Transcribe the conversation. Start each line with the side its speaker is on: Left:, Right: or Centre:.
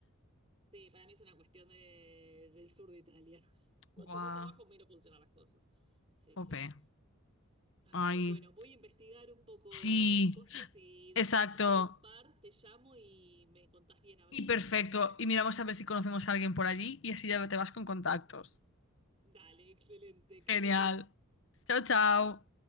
Right: sí, para mí es una cuestión de- del sur de Italia. <laughs> Cuanto
Left: Buah,
Right: más abajo, menos funcionan las cosas. Sí,
Left: jope.
Right: sí. Ay,
Left: Ay,
Right: bueno, voy a investigar un poco
Left: sí,
Right: de las costas y después
Left: exacto.
Right: con un par te llamo y me contás bien a ver
Left: Y
Right: qué
Left: perfecto.
Right: más sabes.
Left: Y miramos a ver si conocemos a alguien por allí y así ya te vas con contactos.
Right: Dale, excelente, que
Left: Genial.
Right: andes bien.
Left: Chao, chao.